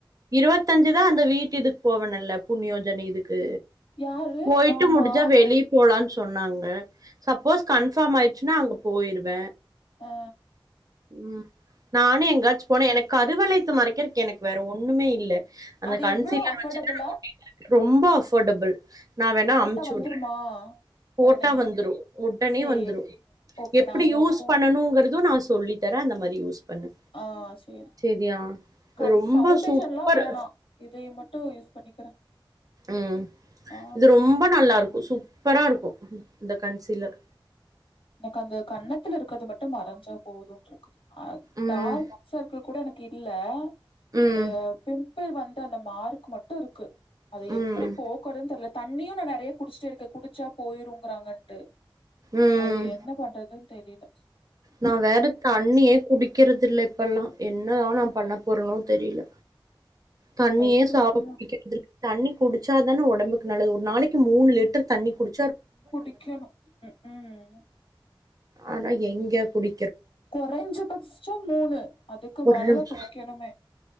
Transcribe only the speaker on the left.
யாரு?
ஆமா.
அ
அது
எவ்ளோ அஃபர்டபுளா?
போட்டா
வந்துருமா
ஒடனே
சேரி
ஓகே
நா அத
போ
ஆ சேரி
கண்
ஃபவுண்டேஷ்
ஷெல்லா வேணா இதை மட்டும் யூஸ் பண்ணிக்கிறே
ஆ
எனக்கு அந்த கன்னத்துல இருக்கறது மட்டும் மறஞ்சாப் போதும்ண்டுருக்குது. ஆஹ்
டார்க் சர்க்குள் கூட எனக்கு இருக் இல்ல.
அந்த பிம். பில் வந்த அந்த மார்க்கு மட்டு இருக்கு. அது
எப்டி போக்கறன்னு தெர்ல தண் தண்ணியு நா நெறைய குடிச்சுட்டே இருக்கே குடிச்சா போயிரு ன்றாங்கன் ட்டு
அது என்ன பண்றதுன் தெரியல.
வயித்துக்குள்ள
குடிக்கணும் உக்கும்.
குறைஞ்ச பச்சோ மூணு அதுக்கு
மேலதான்
குடிக்கணுமே.